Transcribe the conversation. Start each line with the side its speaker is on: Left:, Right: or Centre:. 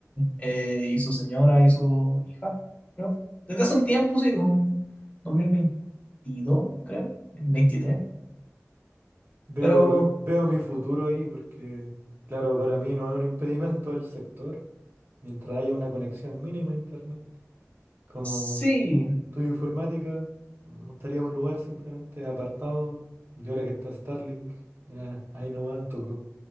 Left: eh, y su señora y su hija, creo. Desde hace un tiempo, sí, un 2022, creo, 23.
Right: Veo,
Left: Pero
Right: ve- veo mi futuro ahí porque, claro, para mí no es un impedimento el sector. Mientras haya una conexión mínima a internet. Como
Left: sí,
Right: Estudio informática, me gustaría un lugar simplemente apartado. Y ahora que está Starlink, eh, ahí nomás tocó